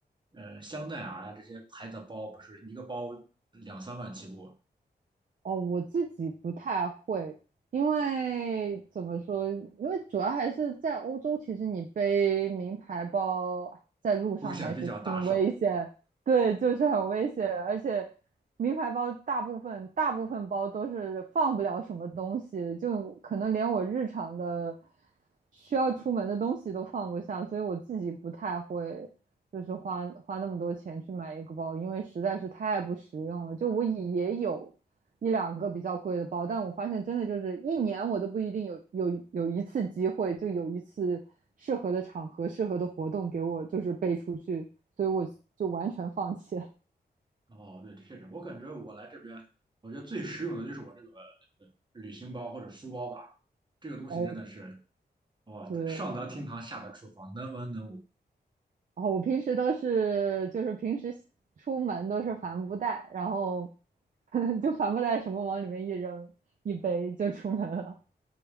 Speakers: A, on the right; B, on the right.
A: 呃，香奈儿啊这些牌子的包，不是一个包两三万起步，
B: 哦，我自己不太会，因为怎么说？因为主要还是在欧洲，其实你背名牌包在路上还是挺危险，
A: 风险比较大是吧？
B: 对，就是很危险。而且名牌包大部分大部分包都是放不了什么东西，就可能连我日常的需要出门的东西都放不下，所以我自己不太会。就是花花那么多钱去买一个包，因为实在是太不实用了。就我也有。一两个比较贵的包，但我发现真的就是一年我都不一定有有有一次机会，就有一次适合的场合、适合的活动给我就是背出去，所以我就完全放弃了。
A: 哦，对，确实，我感觉我来这边，我觉得最实用的就是我这个呃旅行包或者书包吧，这个东西真的是。
B: 哦，
A: 哦，
B: 对，
A: 对，
B: 然
A: 上得厅堂，下得厨房，能文能武。
B: 后我平时都是就是平时出门都是帆布袋，然后 <laughs> 就帆布袋什么往里面一扔，一背就出门了。